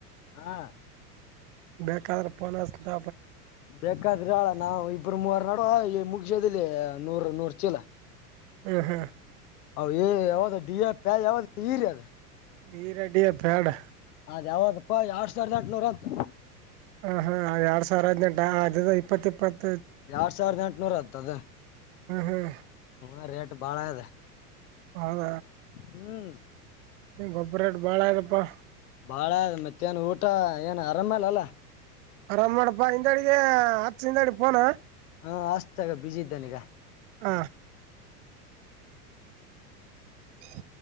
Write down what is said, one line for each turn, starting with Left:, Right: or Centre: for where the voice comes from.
Left: ಹಾ
Right: ಬೇಕಪನಲ್ಲ
Left: ಬೇಕಾದ್ರಿ ಅಳ ನಾವವು ಇಬರು ಮೂವರ್ ನಡುುವ ಮುಗಸೋದಿಲ್ಲ ನೂರ್ ನೂರ್ ಚೀಲ
Right: ಹ್ಮ್ ಹ್ಮ್
Left: ಹ ಯಾವ್ದ ಡಿ ಎ ಪ್ಯ್ ಯಾವ್ದ ಈರಿ ಅದ
Right: ಈರಡಿಯ ಬ್ಯಾಡ್
Left: ಅದ್ ಯಾವದಪ್ಪಾ ಎರಡ್ ಸಾವಿರದ ಎಂಟನೂರ ಅಂತ
Right: ಹ ಹಾ ಎರಡ್ ಸಾವಿರ ಹದ್ಟದ ಇಪ್ಪತ್ ಇಪ್ಪತ್ತು
Left: ಎರಡ್ ಸಾವಿರದ ಎಂಟನೂರ ಆತದು
Right: ಹ್ಮ ಹ್ಮ್
Left: ಹ ರೇಟ್ ಬಾಳ ಇದೆ
Right: ಹೌದ
Left: ಹ್ಮ್
Right: ಗೊಬ್ಬರೇಟ್ ಬಾಳ ಆಯತಪ್ಪಾ
Left: ಬಾಳ ಮತ್ತ ನ್ ಊಟ ಏನು ಆರಾಮೇಾಲ ಅಲ್ಲ
Right: ಅರ ಮಾಡಡಪ್ಪಾ ಹಿಂದ ಅಡಿಗೆ ಆಚ್ ಹಿಂದ ಅಡಿ ಪೋನ
Left: ಹಾ ಆಷ್ಟತಗ ಬಿಸಿ ಇದ್ದಾನ ಈಗ
Right: ಹ ಹ